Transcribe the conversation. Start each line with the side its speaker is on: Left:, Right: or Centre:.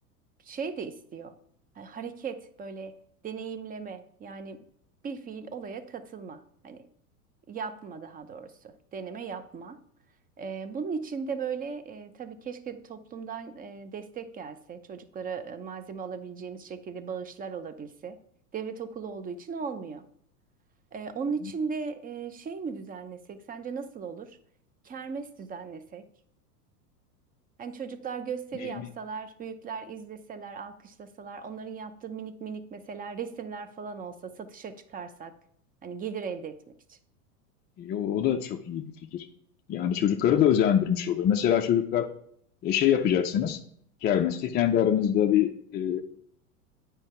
Right: e, şey de istiyor. Hani hareket böyle deneyimleme yani bir fiil olaya katılma. Hani yapma daha doğrusu. Deneme yapma. E, bunun için de böyle e, tabii keşke toplumdan e, destek gelse. Çocuklara e, malzeme alabileceğimiz şekilde bağışlar olabilse. Devlet okulu olduğu için olmuyor. Ee, onun
Left: Hı
Right: için
Left: hı.
Right: de e, şey mi düzenlesek? Sence nasıl olur? Kermes düzenlesek. Hani çocuklar gösteri
Left: Ne,
Right: yapsalar,
Left: ne
Right: büyükler izleseler, alkışlasalar, onların yaptığı minik minik mesela resimler falan olsa satışa çıkarsak. Hani gelir elde etmek için.
Left: Yo, o da çok iyi bir fikir. Yani çocukları da özendirmiş olur. Mesela çocuklar e, şey yapacaksınız. Kermeste kendi aranızda bir e,